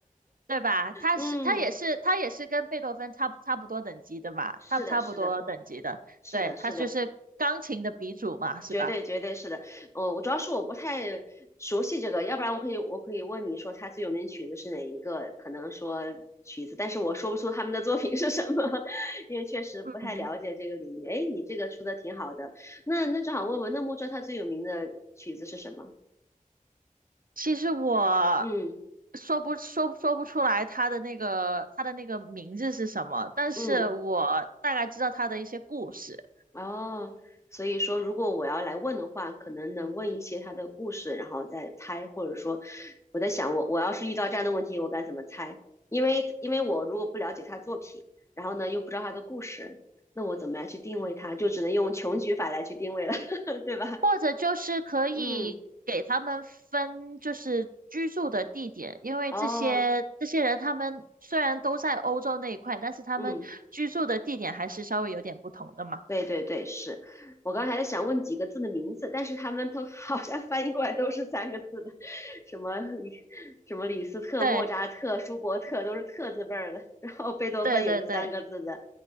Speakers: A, on the right; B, on the left.
A: 对吧？他是他也是他也是跟贝多芬差不差不多等级的嘛，
B: 嗯，是的，
A: 差差不多等级的，
B: 是的，是的，
A: 对，他就是钢琴的鼻祖嘛，
B: 是的，
A: 是吧？
B: 绝对绝对是的，我我主要是我不太熟悉这个，要不然我可以我可以问你说他最有名的曲子是哪一个？可能说曲子，但是我说不出他们的作品是什么，<laughs> 因为确实不太了解这个领域。
A: 嗯，
B: 哎，你这个出的挺好的，那那正好问问，那木车他最有名的曲子是什么？
A: 其实我
B: 嗯
A: 说不说说不出来他的那个他的那个名字是什么，但是我大概知道他的一些故事。
B: 嗯。哦，所以说，如果我要来问的话，可能能问一些他的故事，然后再猜，或者说，我在想我，我要是遇到这样的问题，我该怎么猜？因为因为我如果不了解他作品，然后呢又不知道他的故事，那我怎么来去定位他？就只能用穷举法来去定位了，<laughs> 对吧？
A: 或者就是可以给他们分，
B: 嗯，
A: 就是居住的地点，因为这些这些人他们虽然都在欧洲那一块，
B: 哦，
A: 但是他们居住的地点还是稍微有点不同的嘛。
B: 嗯。对对对，是我刚还在想问几个字的名字，但是他们都 <laughs> 好像翻译过来都是三个字的，什么李什么李斯特、
A: 对
B: 莫扎特、舒伯特都是特字辈儿的，然后贝多芬也是三个字的，
A: 对对对